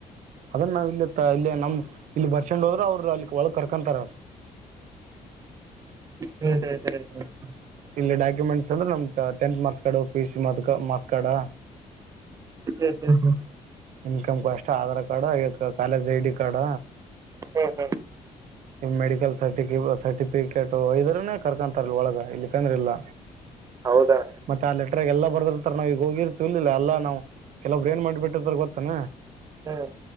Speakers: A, on the right; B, on the right.
A: ಅದನ್ನ ನಾ ಇಲ್ಲಿ ಇಲ್ಲೇ ನಮ್ ಇಲ್ಲಿ ಬರ್ಸಿಕೊಂಡು ಹೋದ್ರೆ ಅವ್ರರು ಅಲ್ಲಿ ಒಳಗ್ ಕರ್ಕೊಂತಾರ.
B: ಹ್ಮ್ ಹ್ಮ್ ಹ್ಮ.
A: ಇಲ್ಲಿ ಡಾಕ್ಯುಮೆಂಟ್ಸ್ ಅಂದ್ರೆ ನಮ್ದ tenth marks card P U C marks marks card. <unintelligible>
B: ಹ್ಮ್ ಹ್ಮ್ ಹ್ಮ್
A: ಇನ್ಕಮ್ ಕಷ್ಟ Aadhaar card college I D card.
B: ಹ್ಮ್ ಹ್ಮ್
A: ಮೆಡಿಕಲ್ ಸರ್ಟಿಫ ಸರ್ಟಿಫಿಕೇಟು ಹೊಯ್ದರೇನೆ. ಕರ್ಕೊಂತಾರ ಒಳಗ ಇಲ್ಲಕಂದ್ರ ಇಲ್ಲ.
B: ಹೌದಾ
A: ಮತ್ತೆ ಆ ಲೆಟರ್ಗ ಎಲ್ಲ ಬರೆದಿರುತ್ತಾರೆ ನಾವು ಈಗ ಹೋಗಿರ್ತಿವಿ ಇಲ್ಲ ಎಲ್ಲ ನಾವು. ಕೆಲವೊಬ್ರು ಏನ್ ಮಾಡ್ಬಟ್ಟಿರ್ತಾರ ಗೊತ್ತಾನ.
B: ಹ್ಮ್